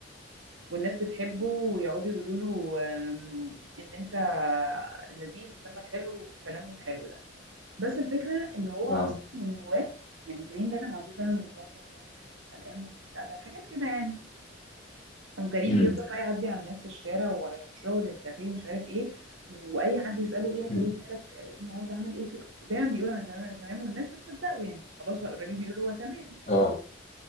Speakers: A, on the right; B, on the left.
A: والناس بتحبه ويقعدوا يقولوا له آم، ان انت لذيذ ودمك حلو والكلام من الحلو ده بس الفكره ان هو
B: اه
A: اصلا من جواه يعني كريم ده كان على طول دايما متوتر دايما خايف قلقان من المستقبل حاجات كده يعني وكريم
B: مم.
A: بيفضل بقى يعدي على الناس في الشارع ورايح الشغل الكافيه مش عارف ايه واي حد يساله ايه يا كريم
B: مم.
A: مالك آه، النهارده عامل ايه دايما بيقول انا تمام انا تمام والناس بتصدقه يعني خلاص بقى الراجل بيقول هو تمام فاهم
B: اه